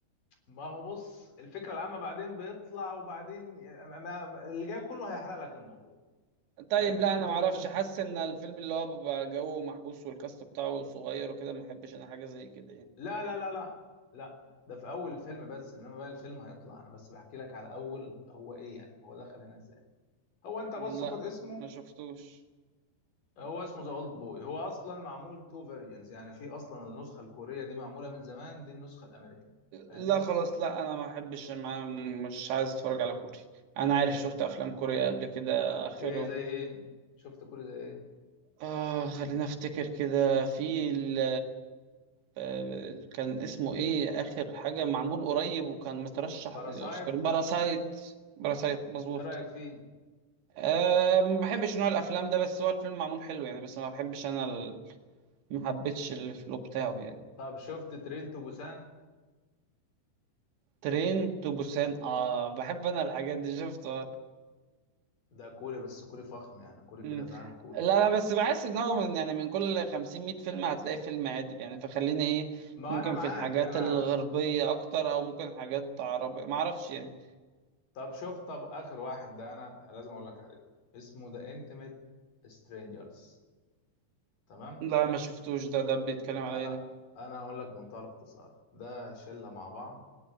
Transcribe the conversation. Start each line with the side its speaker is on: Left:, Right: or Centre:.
Left: ما هو بص الفكرة العامة بعدين بيطلع وبعدين يعني ما ما- اللي جاي كله هيحرق لك الموضوع
Right: طيب
Left: فاهمني
Right: لا انا
Left: انت
Right: ما
Left: ممكن
Right: اعرفش حاسس ان الفيلم اللي هو بيبقى جو محبوس والكاست بتاعه صغير وكده ما احبش انا حاجه زي كده يعني
Left: لا لا لا لا لا ده في اول الفيلم بس انما بقى الفيلم هيطلع انا بس بحكي لك على اول ال- هو ايه يعني هو دخل هنا ازاي هو انت بص
Right: لا
Left: خد اسمه
Right: ما شفتوش
Left: هو اسمه ذا اولد بوي هو اصلا معمول تو فيرجنز يعني في اصلا النسخة الكورية دي معمولة من زمان دي النسخة الامريكان فاهمني
Right: لا خلاص لا انا ما احبش ما مش عايز اتفرج على كوري انا عارف شفت افلام كوريا قبل كده اخرهم
Left: ايه زي ايه شفت كوري زي ايه
Right: اه خلينا افتكر كده في ال آه، كان اسمه ايه اخر حاجه معمول قريب وكان مترشح
Left: باراسايت
Right: للاوسكار باراسايت باراسايت مظبوط
Left: ايه رأيك فيه
Right: أه ما بحبش نوع الافلام ده بس هو الفيلم معمول حلو يعني بس ما بحبش انا ال... ما حبيتش الفلو بتاعه يعني
Left: طب شفت ترين تو بوسان
Right: ترين تو بوسان اه بحب انا الحاجات دي شفته
Left: ده كوري بس كوري فخم يعني كوري
Right: مم.
Left: كده فاهم كوري
Right: لا
Left: كوري
Right: لا بس بحس ان هو من يعني من كل 50 100 فيلم هتلاقي فيلم عادل يعني فخلينا ايه
Left: ما
Right: ممكن
Left: انا معاك
Right: في الحاجات
Left: انا
Right: الغربية اكتر او ممكن حاجات عربية ما اعرفش يعني
Left: طب شوف طب اخر واحد ده انا لازم اقول لك عليه اسمه ذا انتيميت سترينجرز تمام
Right: لا ما شفتوش ده ده بيتكلم على
Left: انا
Right: ايه ده
Left: انا هقول لك منتهى الاختصار ده شله مع بعض